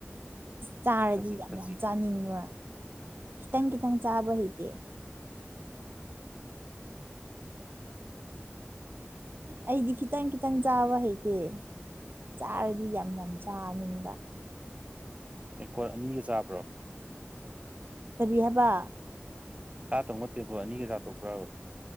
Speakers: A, on the right (about 55°); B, on the right (about 30°).
A: ꯆꯥꯔꯗꯤ
B: ꯈꯖꯤꯛ
A: ꯌꯥꯝ
B: ꯈꯖꯤꯛ
A: ꯌꯥꯝ ꯆꯥꯅꯤꯡꯕ ꯈꯤꯇꯪ ꯈꯤꯇꯪ ꯆꯥꯕ ꯍꯩꯇꯦ ꯑꯩꯗꯤ ꯈꯤꯇꯪ ꯈꯤꯇꯪ ꯆꯥꯕ ꯍꯩꯇꯦ ꯆꯥꯔꯗꯤ ꯌꯥꯝ ꯌꯥꯝ ꯆꯥꯅꯤꯡꯕ
B: ꯇꯦꯡꯀꯣꯠ ꯑꯅꯤꯒ ꯆꯥꯕ꯭ꯔꯣ
A: ꯀꯔꯤ ꯍꯥꯕ
B: ꯁꯥ ꯇꯣꯡꯕ ꯇꯦꯡꯀꯣꯠ ꯑꯅꯤꯒ ꯆꯥꯊꯣꯛꯄ꯭ꯔꯕ